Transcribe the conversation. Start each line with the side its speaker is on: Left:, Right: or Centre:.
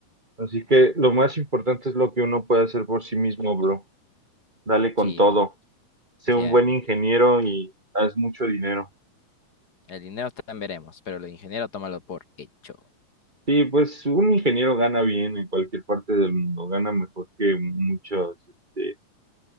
Right: Así que lo más importante es lo que uno puede hacer por sí mismo, bro. Dale con
Left: Sí,
Right: todo. Sé
Left: siempre.
Right: un buen ingeniero y haz mucho dinero.
Left: El dinero también veremos, pero el ingeniero tómalo por hecho.
Right: Sí, pues un ingeniero gana bien en cualquier parte del mundo, gana mejor que muchos, este,